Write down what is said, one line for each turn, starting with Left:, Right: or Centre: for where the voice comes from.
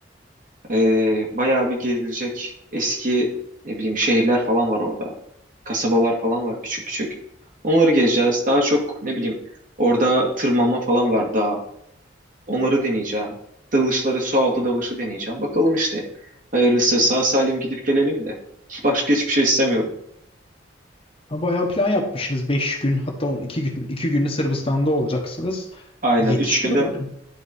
Right: ee, bayağı bir gezilecek eski ne bileyim şehirler falan var orada. Kasabalar falan var küçük küçük. Onları gezeceğiz. Daha çok ne bileyim orada tırmanma falan var daha. Onları deneyeceğim. Dalışları, su altı dalışı deneyeceğim. Bakalım işte. Hayırlısı sağ salim gidip gelelim de. Başka hiçbir şey istemiyorum.
Left: Ha, Bayağı plan yapmışsınız. beş gün hatta on- 2 gün 2 günü Sırbistan'da olacaksınız.
Right: Aynen.
Left: Yetişir
Right: Üç günde
Left: umarım.